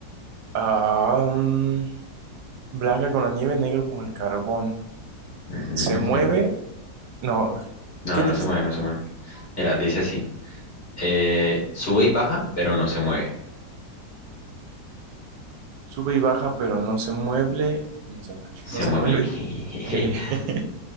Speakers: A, on the right; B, on the left.
A: Ah, mm, blanca con la nieve, negro como el carbón.
B: Ujú,
A: Se
B: ujú.
A: mueve, no,
B: No,
A: ¿qué
B: no
A: dijiste?
B: se mueve, no se mueve. Mira, dice así. eh, sube y baja, pero no se mueve.
A: Sube y baja, pero no se mueve, no se mueve,
B: Se
A: no se
B: mueve.
A: mueve. Eh,
B: <laughs>
A: <laughs>